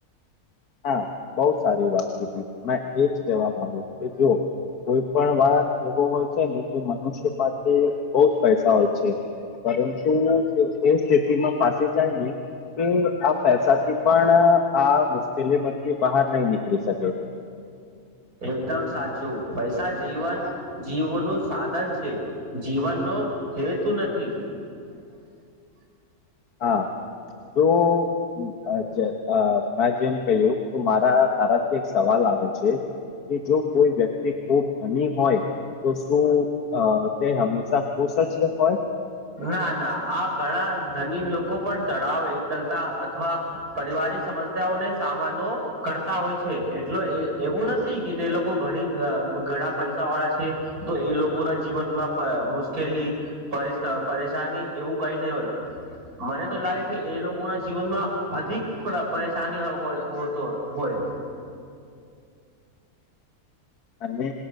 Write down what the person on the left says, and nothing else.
હા બોવ સારી વાત કીધી મે એજ કવા માંગુ કે જો કોઈ પણ વાત એવો હોય છે ને જે મનુષ્ય પાસે બોવ જ પૈસા હોય છે. પરંતુ એ સ્થિતિમાં પાસી જાય ને કે આ પૈસાથી પણ આ વસ પેલી મકી બહાર નહી નીકળી શકે
હા જો અ <unintelligible> મે જેમ કહ્યું તો મારા તારાથી એક સવાલ આવે છે. કે જો કોઈ વ્યક્તિ ખૂબ ઘની હોય તો શું અ તે હંમેશા ખુશ જ હોય
અને